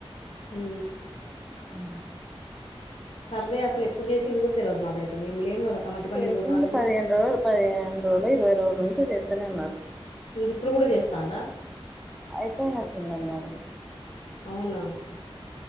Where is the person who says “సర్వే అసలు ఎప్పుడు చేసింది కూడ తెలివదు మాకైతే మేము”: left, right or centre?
Left